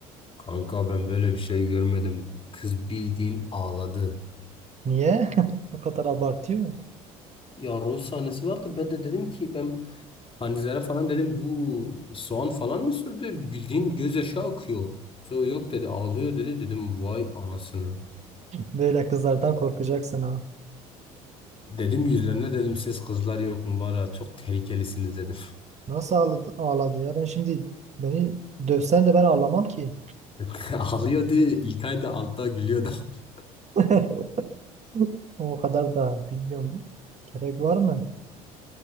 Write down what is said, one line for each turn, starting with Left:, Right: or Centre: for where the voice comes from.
Left: Kanka ben böyle bir şey görmedim. Kız bildiğin ağladı.
Right: Niye? <laughs> O kadar abartıyor. mu?
Left: Ya rol sahnesi vardı. Ben de dedim ki ben Hanizlere falan dedim bu soğan falan mı sürdü? Bildiğin gözyaşı akıyor. Sonra yok dedi ağlıyor dedi. Dedim vay anasını.
Right: Böyle kızlardan korkacaksın ha.
Left: Dedim yüzlerine dedim siz kızlar yok mu var ya çok tehlikelisiniz dedim.
Right: Nasıl ağladı, ağladı ya? Ben şimdi beni dövsen de ben ağlamam ki.
Left: <laughs> Ağlıyordu İlkay da altta gülüyordu. <laughs>
Right: <laughs> O kadar da bilmiyorum. Gerek var mı?